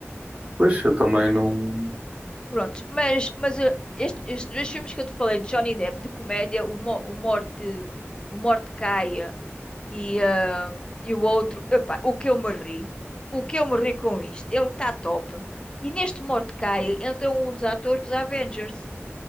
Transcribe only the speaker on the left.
Prontos, mas, mas eh, este- estes dois filmes que eu te falei, de Johnny Depp, de comédia, o, Mo- o Morte, o Morte Caia e, eh, e o outro, epá, o que eu me ri, o que eu me ri com isto, ele está top. E neste Morte Caia entra um dos atores dos Avengers,